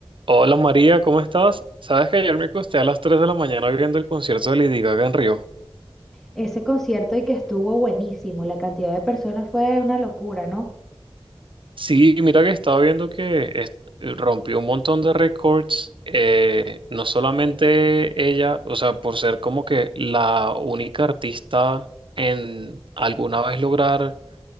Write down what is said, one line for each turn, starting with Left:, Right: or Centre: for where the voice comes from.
Right: Hola María, ¿cómo estás? Sabes que ayer me acosté a las 3 de la mañana viendo el concierto de Lady Gaga en Río.
Centre: ese concierto y que estuvo buenísimo. La cantidad de personas fue una locura, ¿no?
Right: Sí, mira que estaba viendo que es- rompió un montón de récords, eh, no solamente ella, o sea, por ser como que la única artista en alguna vez lograr,